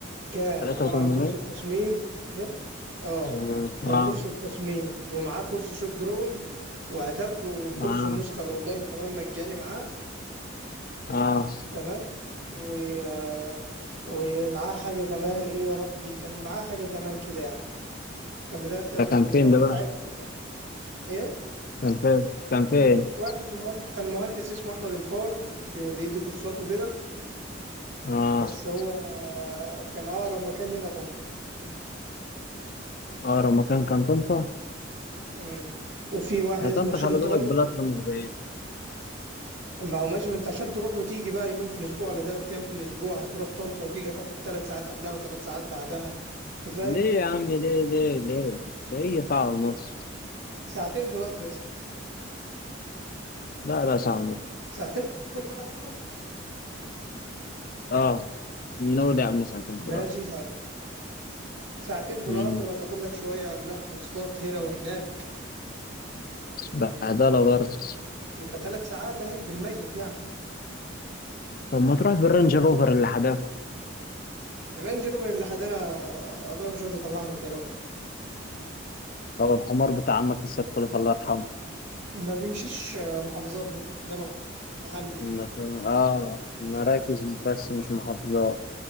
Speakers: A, on the right; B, on the left.
A: كان
B: تلاتة
A: عباره
B: وتمنمية
A: عن كورس التصميم إيه؟ اه
B: اه
A: كان كورس التصميم ومعاه كورس شوب دروينج وهتاخدوا الكورس
B: اه
A: النسخه الاونلاين كمان مجاني معاه
B: اه
A: تمام و آه، ومعاه حاجة كمان ايه يا ربي كان معاه حاجة كمان كده يعني كان ب 3800
B: ده كان فين
A: وكنت
B: ده بقى؟
A: عايز اخد ده ايه
B: كان فين؟ كان فين؟
A: واحد مهند... كان مهندس اسمه احمد الفار بي- بيدي كورسات وكده
B: اه
A: بس هو آه، كان اقرب مكان لينا طنطا
B: اقرب مكان كان طنطا
A: امم وفي واحد
B: يا
A: اسمه
B: طنطا
A: هشام
B: خلي
A: طارق
B: بالك بلاتر مش بعيد
A: ما هو ماشي ما انت عشان تروح وتيجي بقى يومين في الاسبوع ولا ثلاث ايام في الاسبوع هتروح طنطا وتيجي هتاخد ثلاث ساعات قبلها وثلاث ساعات بعدها انت فاهم
B: ليه يا عم ليه ليه ليه؟ ده هي ساعة ونص
A: ساعتين في القطر يا اسطى
B: لا لا ساعة ونص
A: ساعتين في القطر
B: اه نودع من ساعتين
A: ماشي
B: ثلاثة
A: ساعتين ساعتين في
B: امم
A: القطر وهتاخد لك شوية قبلها مواصلات هنا وهناك
B: بهدلة برضه
A: يبقى ثلاث ساعات اهي بالميت يعني
B: طب ما تروح بالرينج روفر اللي حداك
A: الرينج روفر اللي حدانا ابويا مش راضي يطلعها من الجراج
B: او الحمار بتاع عمك السيد خليفة الله يرحمه
A: ما بيمشيش محافظات ده ده محلي
B: مثلا اه مراكز بس مش محافظات